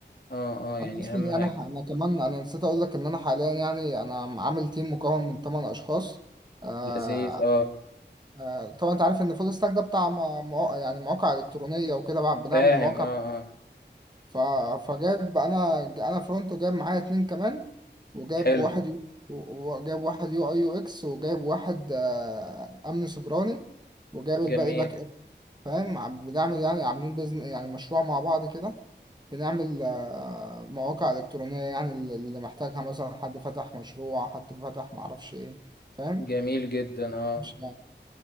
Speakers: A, on the left; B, on the right.
A: اه اه يعني
B: انا اصلا
A: اهم
B: يعني
A: حاجة
B: ح- انا كمان انا نسيت اقول لك ان انا حاليا يعني انا عامل تيم مكون من 8 اشخاص آه
A: لذيذ اه
B: آه طبعا انت عارف ان فول ستاك ده بتاع مواقع يعني مواقع الكترونية وكده بع- بنعمل
A: فاهم
B: مواقع
A: اه اه
B: ف... فجاب انا انا فرونت وجاب معايا اتنين كمان وجاب
A: حلو
B: واحد يو... وجاب واحد يو اي يو اكس وجاب واحد آه، امن سيبراني وجاب الباقي
A: جميل
B: باك اب فاهم عم- بنعمل يعني عاملين بزن... يعني مشروع مع بعض كده بنعمل آه، مواقع الكترونيه يعني اللي اللي محتاجها مثلا حد فتح مشروع حد فتح معرفش ايه فاهم
A: جميل جدا اه
B: مش يعني